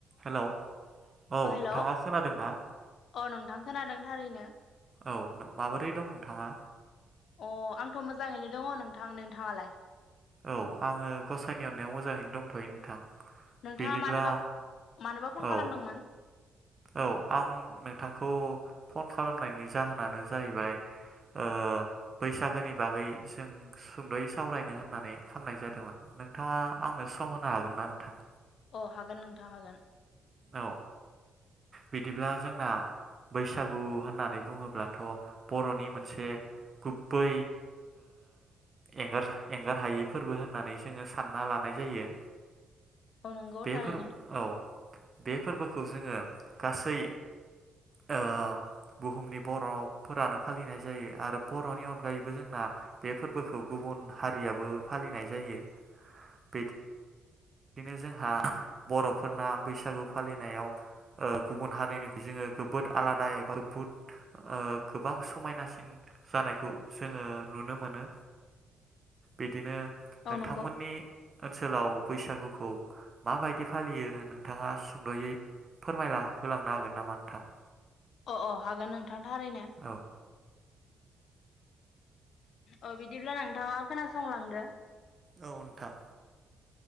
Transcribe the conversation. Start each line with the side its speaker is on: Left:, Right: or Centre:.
Right: Hello औ
Left: अ hello
Right: नोंथाङा खोनादोंना?
Left: अ' नोंथां खोनादों थारैनो।
Right: औ माबोरै दं नोंथाङा?
Left: अ आंथ' मोजाङैनो दङ नोंथां नोंथाङालाय?
Right: औ आङो गसाइनि अननायाव मोजाङैनो दंथ'यो नोंथां।
Left: नोंथाङा
Right: बिदिब्ला
Left: मानोबा मानोबा फन
Right: औ
Left: खालामदोंमोन?
Right: औ आं नोंथांखौ फन खालामनायनि जाहोनानो जाहैबाय ओ बैसागोनि बागै जों सुंदयै सावरायनो होननानै खालामनाय जादोंमोन नोंथाङा आंनो सम होनो हागोन ना नोंथां?
Left: औ हागोन नोंथां हागोन।
Right: औ। बिदिब्ला जोंना बैसागु होननानै बुङोब्लाथ' बर'नि मोनसे गुबै एंगारहायै फोरबो होननानै जोङो सानना लानाय जायो।
Left: औ नंगौ
Right: बे
Left: थारैनो।
Right: फोरबो औ बे फोरबोखौ जोङो गासै ओ बुहुमनि बर'फोरानो फालिनाय जायो आरो बर'नि अनगायैबो जोंना बे फोरबोखौ गुबुन हारियाबो फालिनाय जायो। बेदि बिदिनो जोंहा बर'फोरना बैसागु फालिनायाव गुबुन हारिनिखौ जोङो जबोद आलादा एबा बहुद गोबां समायनासिन जानायखौ जोङो नुनो मोनो। बिदिनो नोंथांमोननि
Left: औ नंगौ
Right: ओनसोलाव? बैसागुखौ माबायदि फालियो नोंथाङा सुंद'यै फोरमायला होलांनो हागोन नामा नोंथां?
Left: अ'- अ' हागोन नों थां थारैनो।
Right: औ
Left: औ बिदिब्ला नोंथाङा खोनासंलांदो।
Right: औ नोंथां।